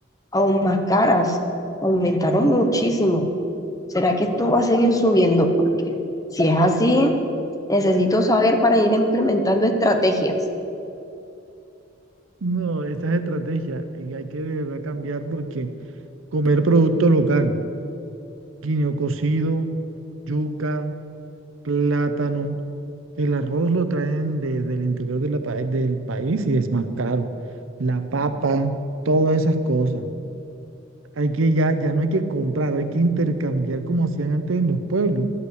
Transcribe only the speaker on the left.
aún más caras. Aumentaron muchísimo. ¿Será que esto va a seguir subiendo? Porque si es así, Necesito saber para ir implementando estrategias.